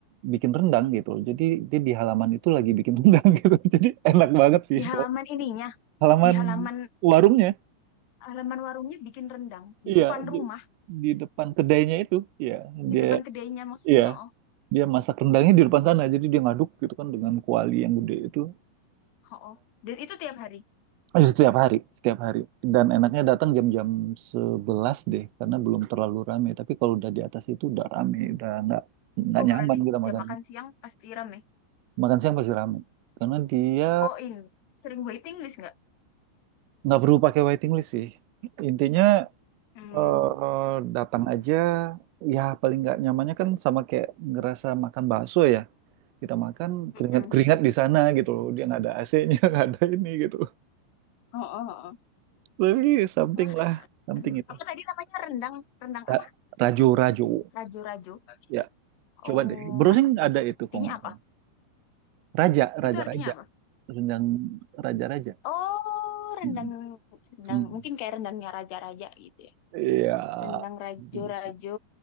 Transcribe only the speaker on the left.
di
halaman ininya
di halaman
halaman warungnya bikin rendang di
depan
rumah
di
depan kedainya maksudnya
ho
ho dan itu tiap hari
oh
berarti
jam
makan siang pasti rame
oh ini sering waiting list nggak
Hmm.
Mm-mm.
Oh, oh, oh.
wah
aduh
apa tadi namanya rendang rendang
apa
rajo rajo
oh
ras- itu
artinya
apa
Itu artinya
apa?
Oh, rendang
rendang
mungkin kayak rendangnya raja-raja gitu ya.
Rendang rajo-rajo